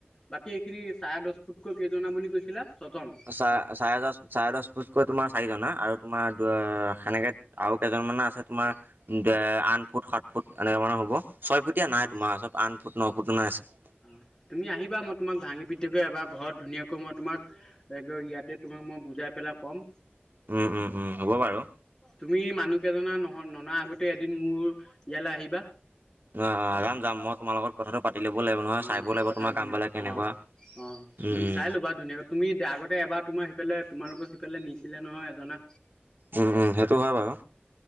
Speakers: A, on the left; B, on the right.
A: বাকী এইখিনি চাৰে দছ ফুটকৈ কেইজনা বুলি কৈছিলা? ছজন
B: চাৰে চাৰে দশ ফুট কৈ তোমাৰ চাৰিজনা আৰু তোমাৰ সেনেকে আৰু কেইজনমানা আছে। তোমাৰ আন ফুট সাত ফুট এনেকোৱা মানে হ'ব। ছয় ফুটীয়াে নাই
A: অ
B: তোমাৰ চব আঠ ফুট ন ফুট মানে আছে।
A: অ' তুমি আহিবা মই তোমাক ভাঙি পিটিকৈ এবাৰ ঘৰত ধুনীয়াকৈ মই তোমাক ইয়াতে তোমাক মই বুজাই পেলাই কম।
B: উম উম উম হ'ব বাৰু।
A: তুমি মানুহ কেইজনা নহ ননা আগতে এদিন মোৰ ইয়ালৈ আহিবা।
B: নহ অ' যাম যাম মই তোমাৰ লগত কথাটো পাতি ল'ব লাগিব নহয়
A: অ'
B: চাবও লাগিব
A: পথাৰত
B: তোমাৰ
A: পিনে
B: কামবিলাক কেনেকুৱা?
A: অ' অ' তুমি
B: উম
A: চাই লবা ধুনীয়াকৈ তুমি আগতে এবাৰ তোমাৰ সিফালে তোমালোকৰ সিফালে নিছিলে নহয় এজনা
B: উম উম সেইটো হয় বাৰু